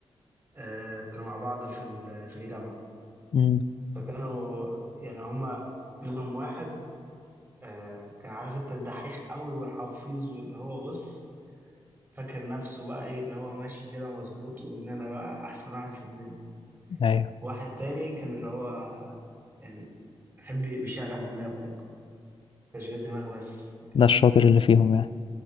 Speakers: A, on the right (about 25°); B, on the left (about 60°).
A: آه، كانوا مع بعض في ال- في الجامعة
B: امم
A: فكانوا يعني هم منهم واحد آه، كان عارف انت الدحيح قوي والحفيظ واللي هو بص فاكر نفسه بقى ايه اللي هو ماشي كده مظبوط وان انا بقى احسن واحد في الدنيا
B: ايوه
A: واحد تاني كان اللي هو يعني بيحب بيشغل دماغه يعني تشغيل دماغ بس
B: ده الشاطر اللي فيهم يعني